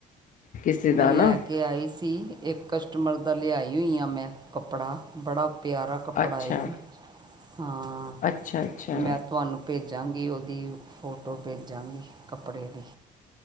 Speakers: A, on the left (about 50°); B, on the right (about 25°).
A: ਕਿਸੇ ਦਾ
B: ਮੈਂ ਲੈ
A: ਨਾ
B: ਕੇ ਆਈ ਸੀ, ਏਕ ਕਸ਼ਟਮਰ ਦਾ ਲੇਆਈ ਹੋਈ ਆ ਮੈਂ ਕੱਪੜਾ ਬੜਾ ਪੇਆਰਾ ਕੱਪੜਾ
A: ਅੱਛਾ
B: ਏ ਓ ਹਾਂ,
A: ਅੱਛਾ ਅੱਛਾ
B: ਮੈਂ ਤੋਆਨੂੰ ਪੇਜਾਂਗੀ ਓਦੀ ਫੋਟੋ, ਪੇਜਾਂਗੀ ਕੱਪੜੇ ਦੀ।